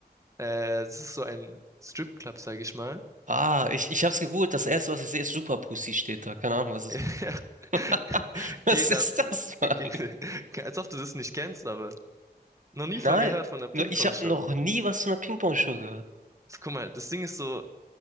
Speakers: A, on the right; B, on the right.
A: Äh, es ist so ein Stripclub, sag ich mal.
B: Ah, ich, ich hab's gegoogelt. Das erste, was ich sehe, ist Super Pussy steht da. Keine Ahnung, was ist.
A: Ja, <laughs>
B: <laughs> Was
A: geht
B: ist
A: ab.
B: das, Mann?
A: Geht, <laughs> als ob du das nicht kennst, aber noch nie
B: Nein.
A: von gehört, von der Ping-Pong-Show.
B: Nur Ich habe noch nie was von einer Ping-Pong-Show gehört.
A: Also, guck mal, das Ding ist so,